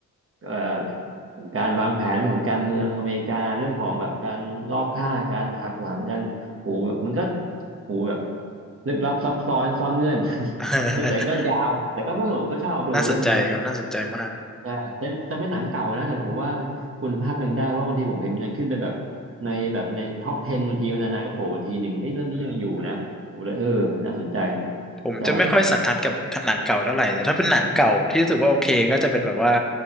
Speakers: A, on the right; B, in the centre.
A: เอ่อการวางแผนเรื่องของการเมืองอเมริกาเรื่องของแบบการลอบฆ่าการหักหลังกันโหแบบมันก็โหแบบลึกลับซับซ้อนซ่อนเงื่อน
B: <laughs>
A: <laughs> ก็แต่ก็ยาวแต่ก็สนุกก็ชอบดูเรื่องนี้
B: น่าสนใจครับน่าสนใจมาก
A: ใช่แต่แต่เป็นหนังเก่านะแต่ผมว่าคุณภาพยังได้เพราะบางทีผมเห็นมันยังขึ้นเป็นแบบในแบบในท็อป10บบางทีันนานๆก็โผล่มาทีหนึ่งเอ้ยเรื่องนี้ยังอยู่นะผมเลยเออน่าสนใจ
B: อืมผมจะไม่ค่อยสันทัดกับหนังเก่าเท่าไหร่แต่ถ้าเป็นหนังเก่าที่รู้สึกว่าโอเคก็จะเป็นแบบว่า
A: ใช่